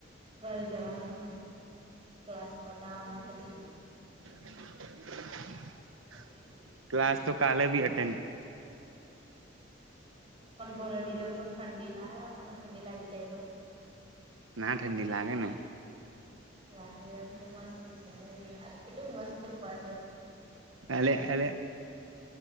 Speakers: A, on the right; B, on the right.
A: ઘરે જવાનું જ છ મને. ક્લાસ પતાવવાના છે હજી.
B: <inaudible>
A: <inaudible>
B: ક્લાસ તો કાલે ભી હ
A: <unintelligible> ઠંડી માં મને ઠંડી લાગી જાય તો.
B: ના ઠંડી લાગે ને.
A: લાગે, આ બહુ મસ્ત છે યાર, કેવું મસ્ત <unintelligible> છે.
B: અલે-અલે,